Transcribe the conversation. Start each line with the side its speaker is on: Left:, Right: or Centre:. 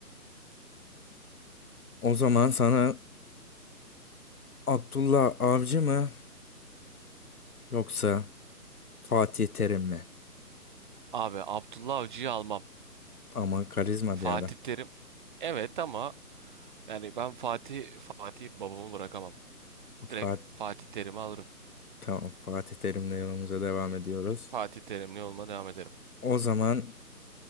Left: O zaman sana Abdullah Avcı mı yoksa Fatih Terim mi?
Right: Abi Abdullah Avcı'yı almam.
Left: Ama karizma
Right: Fatih
Left: bir adam.
Right: Terim evet ama yani ben Fatih Fatih babamı bırakamam. Direkt
Left: Fatih,
Right: Fatih Terim'i alırım.
Left: tamam Fatih Terim'le yolumuza devam ediyoruz.
Right: Fatih Terimli olma devam ederim.
Left: O zaman